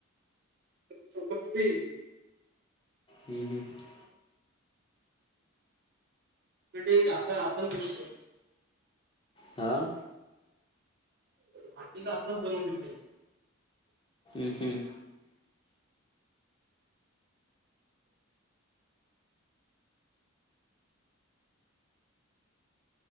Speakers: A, on the right; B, on the left.
A: चमकतय
B: हम्म हम्
A: क एक आता आता कस
B: आ
A: वा असच ब <unintelligible>
B: हम्